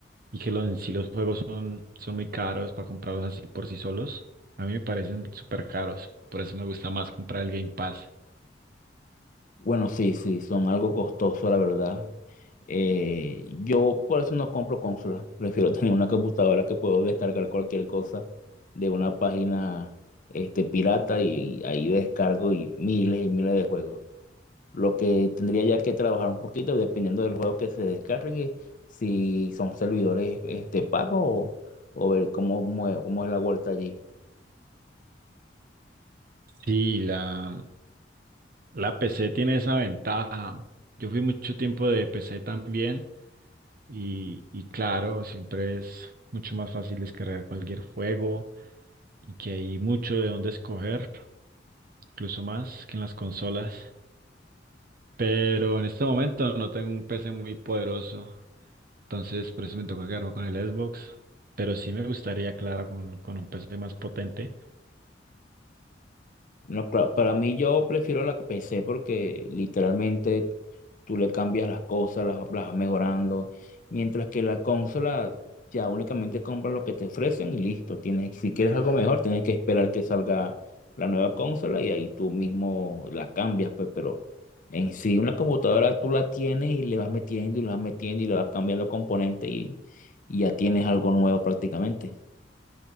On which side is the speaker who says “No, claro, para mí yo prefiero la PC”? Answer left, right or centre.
Left